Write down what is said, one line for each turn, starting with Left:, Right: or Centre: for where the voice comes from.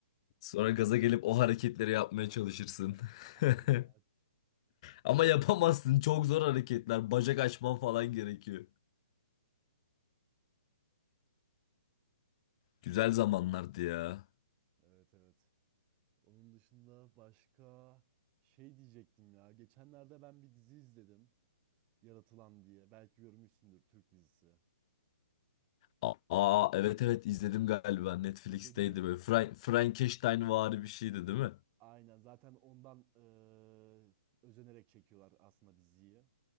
Left: Sonra gaza gelip o hareketleri yapmaya çalışırsın.
Right: <laughs> Aynen.
Left: <laughs> Ama yapamazsın. Çok zor hareketler. Bacak açman falan gerekiyor. Güzel zamanlardı ya.
Right: Evet evet. Onun dışında başka şey diyecektim ya. Geçenlerde ben bir dizi izledim. Yaratılan diye. Belki görmüşsündür Türk dizisi.
Left: A- Aa, evet evet izledim galiba Netflix'teydi
Right: İzledin mi?
Left: böyle Fra Frankensteinvari bir şeydi değil mi?
Right: Aynen. Zaten ondan eee, özenerek çekiyorlar aslında diziyi.